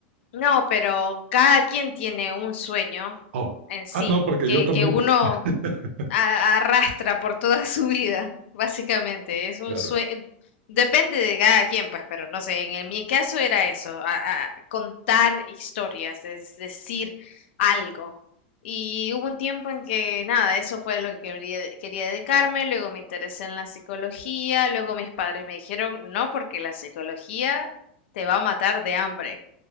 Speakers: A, on the left; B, on the right.
A: No, pero cada quien tiene un sueño
B: Oh,
A: en sí,
B: ah, no, porque
A: que,
B: yo también.
A: que uno
B: <laughs>
A: a- arrastra por toda su vida, básicamente. Es un
B: Claro.
A: sueño, depende de cada quien, pues, pero no sé, en, el- mi caso era eso, a- a contar historias, es decir, algo. Y hubo un tiempo en que nada, eso fue lo que quería, quería dedicarme, luego me interesé en la psicología, luego mis padres me dijeron, no, porque la psicología te va a matar de hambre.